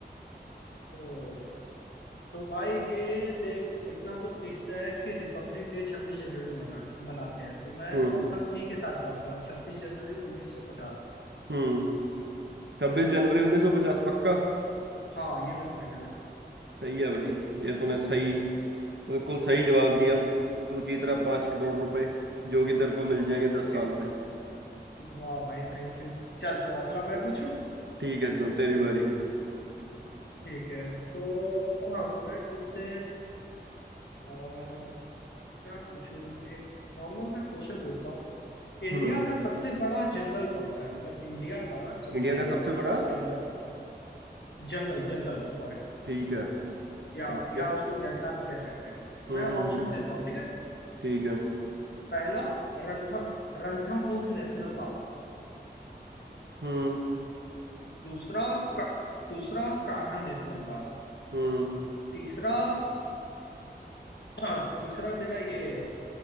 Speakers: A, on the left; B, on the right.
A: तो तो भाई ये देख इतना तो फिक्स है कि रिपब्लिक डे छब्बीस जनवरी को मना, मनाते हैं तो मैं
B: हम्म
A: ऑप्शन सी के साथ जाऊंगा छब्बीस जनवरी उन्नीस सौ पचास
B: हम्म छब्बीस जनवरी उन्नीस सौ पचास पक्का
A: हाँ ये मेरा फाइनल है
B: सही है भाई ये तूने सही बिल्कुल सही जवाब दिया तू जीत रहा पांच करोड़ रुपए जो कि तेरे को मिल जाएंगे दस
A: ठीक।
B: साल में
A: वाह भाई थैंक यू चल तो अगला मैं पूछूं
B: ठीक है चल तेरी बारी
A: ठीक है तो हाँ मैं तुझसे अ, क्या पूछूं एक नॉर्मल सा क्वेश्चन पूछता हूँ इंडिया
B: हम्म
A: का सबसे बड़ा जंगल कौन सा है मतलब इंडिया का सबसे
B: इंडिया का
A: बड़ा
B: सबसे बड़ा
A: जंगल जंगल जंगल फॉरेस्ट
B: ठीक है
A: या
B: ओके
A: या उसको डेल्टा भी कह सकते हैं
B: हम्म
A: मैं
B: हम्म
A: ऑप्शन
B: हम्म,
A: देता हूँ ठीक है
B: ठीक है
A: पहला रंथ रणथंबोर नेशनल पार्क
B: हम्म
A: दूसरा का, दूसरा कान्हा नेशनल पार्क
B: हम्म
A: तीसरा अ, तीसरा तेरा ये